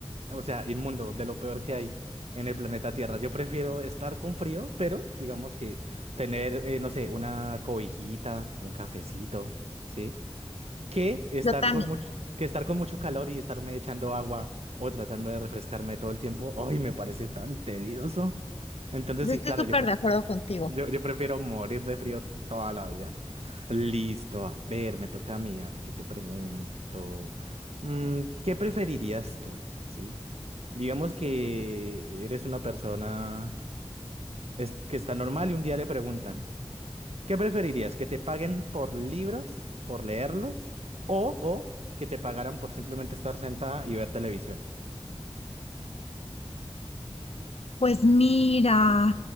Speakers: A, on the right (about 80°); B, on the left (about 75°).
A: o sea, inmundo, de lo peor que hay en el planeta Tierra. Yo prefiero estar con frío, pero digamos que tener, eh, no sé, una cobijita, un cafecito, ¿sí? que estar
B: Yo también.
A: con mucho, que estar con mucho calor y estarme echando agua o tratando de refrescarme todo el tiempo. Ay, me parece tan tedioso. Entonces,
B: Yo
A: sí,
B: estoy
A: claro,
B: súper
A: yo, pre-
B: de acuerdo contigo.
A: yo, yo prefiero morir de frío toda la vida. Listo, a ver, me toca a mí, a ver, ¿qué te pregunto? Mm, ¿qué preferirías tú? ¿Sí? Digamos que eres una persona es- que está normal y un día le preguntan. ¿Qué preferirías? ¿Que te paguen por libros, por leerlos, o, o que te pagaran por simplemente estar sentada y ver televisión? <laughs>
B: Pues mira,